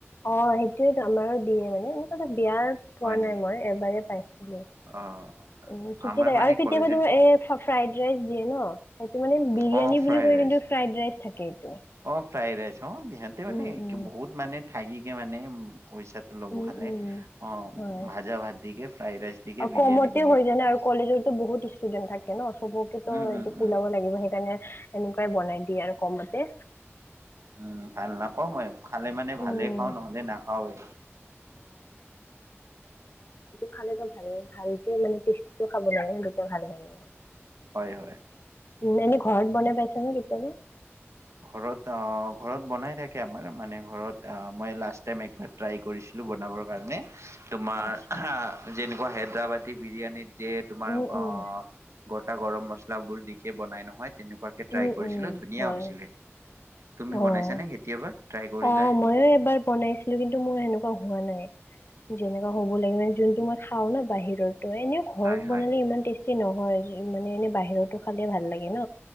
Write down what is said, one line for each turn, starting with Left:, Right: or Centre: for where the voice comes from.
Left: অ সেইটোয়েটো আমাৰো দিয়ে মানে বিয়া পোৱা
Right: হয় নেকি?
Left: নাই মই এবাৰ পাইছিলো।
Right: অ'
Left: উম ঠিকে
Right: আমাৰ
Left: লাগে,
Right: মানে
Left: আৰু কেতিয়াবা
Right: কলেজত
Left: তুমাৰ এ ফ্ৰাইড ৰাইচ দিয়ে ন? সেইটো মানে বিৰিয়ানী
Right: অ' ফ্ৰাইড
Left: বুলি কৈ
Right: ৰাইচ
Left: কিন্তু, ফ্ৰাইড ৰাইচ থাকে এইটো।
Right: অ' ফ্ৰাইড ৰাইচ হঁ। বিহতে মানে
Left: উম, উম।
Right: বহুত মানে ঠাকিকে মানে উম পইচাটো ল'ব
Left: উম,
Right: খালে
Left: উম,
Right: অ,
Left: হয়।
Right: ভাজা ভাত দিকে ফ্ৰাই ৰাইচ দিকে
Left: আৰু
Right: বিৰিয়ানী
Left: কমতে
Right: বুলি
Left: হৈ
Right: কয়।
Left: যায় ন আৰু কলেজতো বহুত ষ্টুডেণ্ট থাক কে ন' চবকেতো
Right: উম,
Left: এইটো
Right: উম,
Left: কুলাব
Right: উম,
Left: লাগিব সেইকাৰণে এনেকুৱাই বনাই দিয়ে আৰু কমতে।
Right: উম, ভাল নাপাও মই। খালে মানে ভালেই
Left: উম।
Right: খাওঁ, নহ'লে নাখাওৱে।
Left: খালেটো ভাল-ভালকে মানে টেষ্টিটো খাব লাগে, তেতিয়া ভাল লাগে অলপ।
Right: হয়, হয়।
Left: উম, এনেই ঘৰত
Right: তুমি
Left: বনাই পাইছ নে কেতিয়াবা?
Right: ঘৰত, অ, ঘৰত বনাই থাকে আমাৰ মানে, ঘৰত আহ মই লাষ্ট টাইম একবাৰ ট্ৰাই কৰি ছিলোঁ বনাবৰ কাৰণে, তোমাৰ
Left: আচ্ছা,
Right: হা যেনেকুৱা হেদ্ৰাবাদি এ বিৰিয়ানীত যে তোমাৰ
Left: উম, উম,
Right: অ, গটা গৰম মচলাবোৰ দিকে বনাই নহয় তেনেকুৱাকে ট্ৰাই
Left: উম,
Right: কৰিছিলো
Left: উম,
Right: ধুনীয়া
Left: হয়।
Right: হৈছিলে তুমি
Left: অ'।
Right: বনাইছানে কেতিয়াবা? ট্ৰাই কৰিলা
Left: অ,
Right: কৰিছা
Left: ময়ো এবাৰ বনাইছিলো কিন্তু মোৰ সেনেকুৱা হোৱা নাই। যেনেকুৱা হ'ব লাগে মানে যোনটো মই খাও ন' বাহিৰৰতো এনেও ঘৰত
Right: হয়
Left: বনালে
Right: হয়।
Left: ইমান টেষ্ট টেষ্টি নহয় মানে এনে বাহিৰতো খালে ভাল লাগে ন।